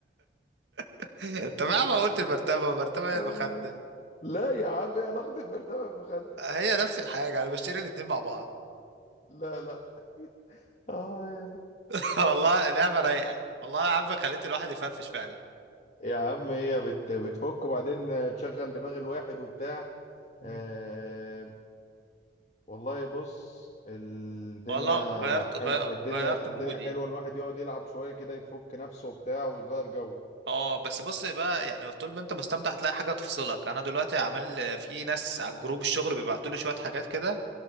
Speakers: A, on the right (about 80°); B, on the left (about 40°).
A: <laughs> طب يا عم قلت المرتبة المرتبة هي
B: آه،
A: المخدة
B: لا يا عم ايه علاقة البرطمان بالمخدة
A: هي نفس الحاجة أنا بشتري الاتنين مع بعض
B: لا لا آه، يلا.
A: <laughs> والله لعبة رايقة والله يا عم خليت الواحد يفرفش فعلا
B: يا عم هي بت بتفك وبعدين تشغل دماغ الواحد وبتاع
A: مم.
B: آه والله بص الدنيا
A: والله غيرت
B: حلو
A: غي-
B: الدنيا
A: غيرت
B: الدنيا
A: مودي
B: حلوة الواحد يقعد يلعب شوية كده يفك نفسه وبتاع ويغير جو
A: اه بس بص بقى يعني طول ما انت مستمتع هتلاقي حاجه تفصلك انا دلوقتي عامل في ناس على جروب الشغل بيبعتوا لي شويه حاجات كده